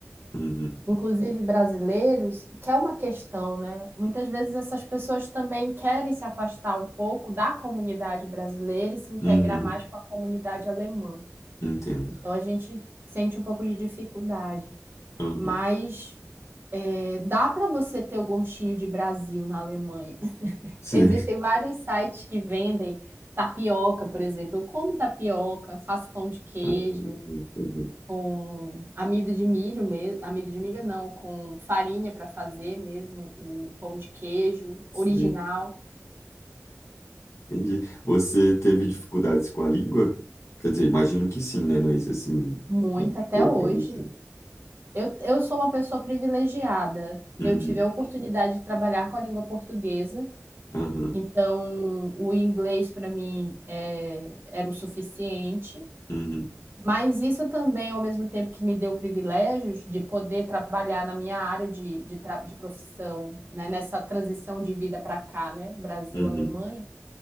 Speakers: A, on the left (about 65°); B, on the right (about 45°).
A: Uhum,
B: inclusive brasileiros, que é uma questão, né? Muitas vezes essas pessoas também querem se afastar um pouco da comunidade brasileira e se integrar
A: uhum,
B: mais com a comunidade alemã.
A: entendo.
B: Então a gente sente um pouco de dificuldade,
A: Uhum,
B: mas eh, dá para você ter o gostinho de Brasil na Alemanha.
A: sim.
B: Existem
A: <laughs>
B: vários sites que vendem tapioca, por exemplo. Eu como tapioca, faço pão de queijo
A: Uhum, uhum,
B: com amido de milho mesmo, amido de milho não, com farinha para fazer mesmo o pão de queijo original,
A: sei. Entendi. Você teve dificuldades com a língua? Quer dizer, imagino que sim, né? Mas assim,
B: muito
A: como que
B: até
A: foi
B: hoje.
A: para você?
B: Eu, eu sou uma pessoa privilegiada.
A: Uhum,
B: Eu tive a oportunidade de trabalhar com a língua portuguesa,
A: uhum,
B: então o inglês para mim é, era o suficiente.
A: uhum,
B: Mas isso também, ao mesmo tempo que me deu privilégios de poder trabalhar na minha área de, de, tra- de profissão, né, Nessa transição de vida para cá, né? Brasil,
A: uhum,
B: Alemanha,